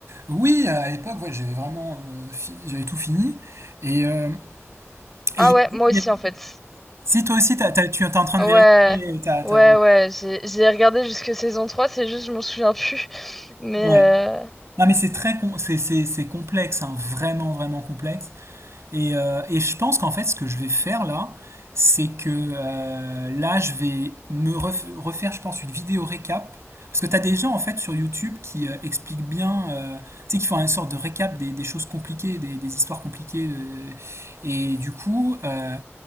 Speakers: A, on the right; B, in the centre.
A: Oui, à l'époque, ouais, j'avais vraiment, euh, fi- j'avais tout fini. Et, euh, et
B: Ah
A: il y
B: ouais,
A: a-
B: moi
A: il
B: aussi
A: y a-
B: en fait.
A: si toi aussi, t'as- t'as- tu es en train de
B: Ouais,
A: vérifier, t'as,
B: ouais,
A: t'as-
B: ouais, j'ai, j'ai regardé jusque saison trois c'est juste, je m'en souviens plus. <laughs> Mais
A: ouais.
B: euh,
A: Non, mais c'est très, com- c'est, c'est, c'est complexe, hein, vraiment, vraiment complexe. Et, euh, et je pense qu'en fait, ce que je vais faire là, c'est que euh, là, je vais me ref- refaire, je pense, une vidéo récap. Parce que tu as des gens, en fait, sur YouTube qui euh, expliquent bien, euh, tu sais, qui font une sorte de récap des, des choses compliquées, des, des histoires compliquées. de- Et du coup, euh,